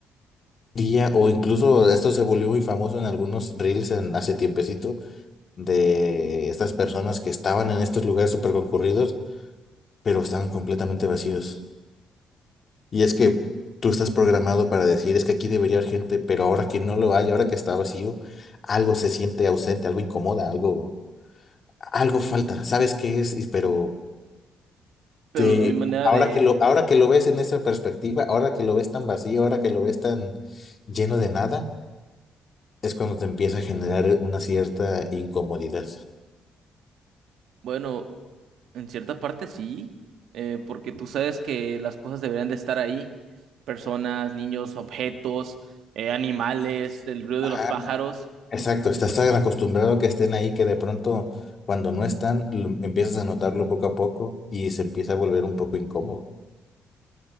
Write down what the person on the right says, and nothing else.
pero
no hay manera
de,
bueno, en cierta parte sí, eh, porque tú sabes que las cosas deberían de estar ahí, personas, niños, objetos, eh, animales, el ruido
de los pájaros.